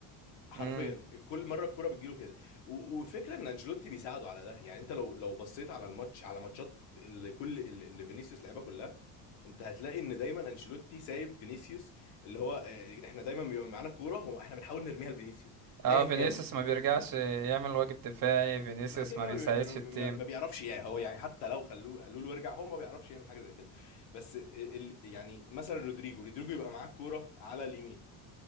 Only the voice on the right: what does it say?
امم
اه
فينيسيوس
ما بيرجعش يعمل واجب دفاعي فينيسيوس
ما
بيساعدش
التيم